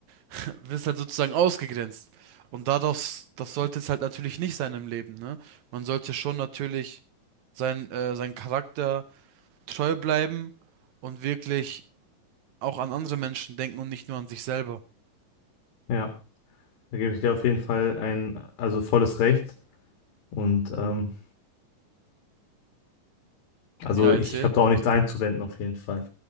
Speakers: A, on the right; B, on the left.
A: <laughs> wirst halt sozusagen ausgegrenzt. Und da das, das sollte es halt natürlich nicht sein im Leben, ne? Man sollte schon natürlich sein, äh, sein Charakter treu bleiben und wirklich auch an andere Menschen denken und nicht nur an sich selber.
B: Ja, da gebe ich dir auf jeden Fall ein, also volles Recht. Und ähm, also
A: Ja,
B: ich
A: erzähl.
B: habe da auch nichts einzuwenden, auf jeden Fall.